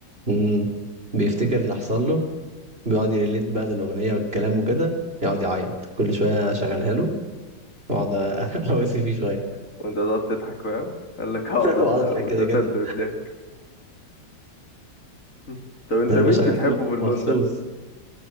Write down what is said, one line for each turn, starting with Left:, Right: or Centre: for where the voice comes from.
Right: امم بيفتكر اللي حصل له بيقعد يريليت بقى للأغنية والكلام وكده يقعد يعيط كل شوية أشغلها له وأقعد أ- <laughs> أواسي فيه شوية
Left: وانت تقعد تضحك فاهم قال لك
Right: <laughs>
Left: اقعد
Right: وأقعد
Left: واتقتلت
Right: أضحك كده كده
Left: قدامك <laughs> طب انت
Right: ده
Left: مين
Right: أنا بشغل
Left: بتحبه
Right: م-
Left: في اللون
Right: مخصوص
Left: ده